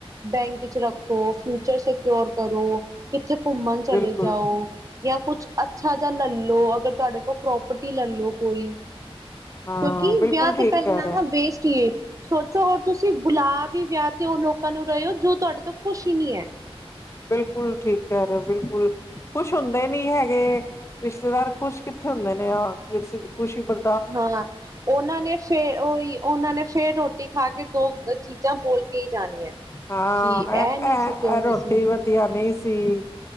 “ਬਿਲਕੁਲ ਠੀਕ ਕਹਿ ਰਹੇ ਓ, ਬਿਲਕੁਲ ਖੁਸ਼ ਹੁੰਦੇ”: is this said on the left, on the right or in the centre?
Left